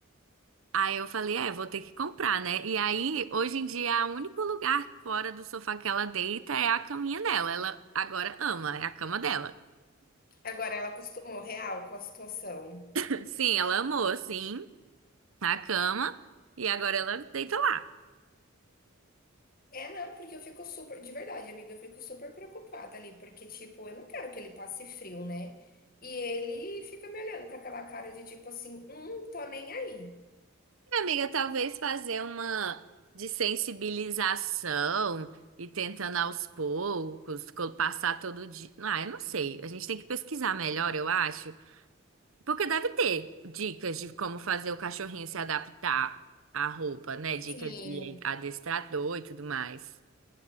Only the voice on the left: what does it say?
Agora ela acostumou real com a situação.
É, não, porque eu fico super, de verdade, amiga, eu fico super preocupada ali, porque, tipo, eu não quero que ele passe frio, né? E ele fica me olhando com aquela cara de tipo assim, hum, tô nem aí.
Sim,